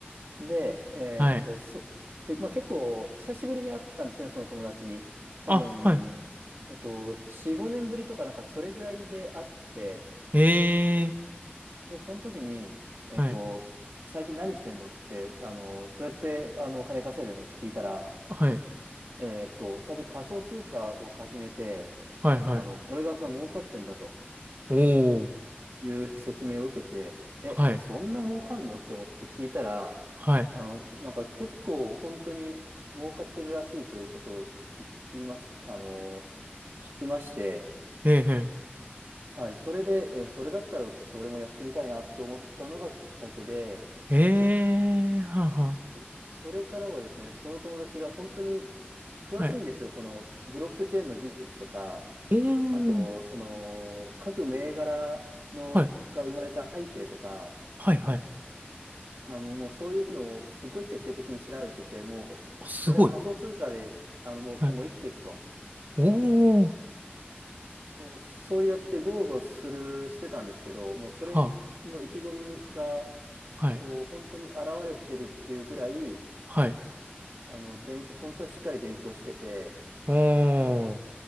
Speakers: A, on the right; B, on the right.
A: で、えーっと、
B: はい。
A: そ、で、まあ、結構久しぶりに会ったんですね、その友達に。多分、
B: あ、はい。
A: えっと、4、5年ぶりとか、なんかそれぐらいで会って、
B: ええ
A: で、その時に、えっと、
B: ー。はい。
A: 最近何してんのって、あの、どうやってあの金稼いでるのって聞いたら、
B: はい。
A: えっと、最近仮想通貨を始めて、
B: はいはい。
A: あの、これが儲かってんだと。
B: おー。
A: いう説明を受けて、え、
B: はい。
A: そんな儲かんのと思って聞いたら、
B: はい。
A: あの、なんか結構本当に儲かってるらしいということをい言いまし、あの、聞きまして、
B: ええ
A: はい、それで、え、それだったらちょっと俺もやってみたいなと思ったのがきっかけで、
B: えええー。はあは
A: そ、それからはですね、その友達が本当に詳しいんですよ、
B: あ。はい。
A: このブロックチェーンの技術とか、
B: おー。
A: あと、その、各銘柄の、
B: はい。
A: が生まれた背景とか、
B: はいはい。
A: あの、もうそういうのをすごい徹底的に調べてて、もう、
B: あすごい。
A: 俺は仮想通貨で、あの、もう今後生きていくと。
B: はい。おー。
A: もうそうやって豪語する、してたんですけど、もうそれの意気込みが、
B: はあ。はい。
A: こう、本当に現れてるっていうぐらい、
B: はい。
A: あの、勉本当にしっかり勉強してて、
B: おー。